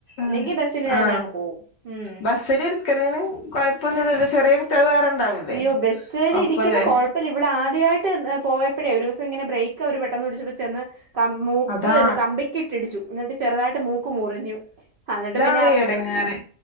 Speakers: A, on the left; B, on the right.
A: ആഹ്
B: ഇല്ലെങ്കി ബസ്സിന്
A: ആ
B: തന്നെ അങ്ങ് പോവും ഉം
A: ബസില് ഇരിക്കണേന് കൊഴപ്പൊന്നുല്ലല്ലോ ചെറിയ കുട്ടികള് വേറെ ഇണ്ടാവൂലേ
B: യ്യോ ബസ്സേല്
A: ഒപ്പല്ലേ
B: ഇരിക്കുന്ന കൊഴപ്പില്ല ഇവള് ആദ്യായിട്ട് പോയപ്പഴേ ഒരു ഇങ്ങനെ ബ്രേക്ക്‌ അവര് പെട്ടന്ന് പിടിച്ചപ്പെ ചെന്ന് മൂക്ക്
A: അതാ
B: ന്ന് കമ്പിക്ക് ഇട്ടിടിച്ചു എന്നിട്ട് ചെറുതായിട്ട് മൂക്ക് മുറിഞ്ഞു എന്നിട്ട് പി
A: പ്പേ എടങ്ങാറ്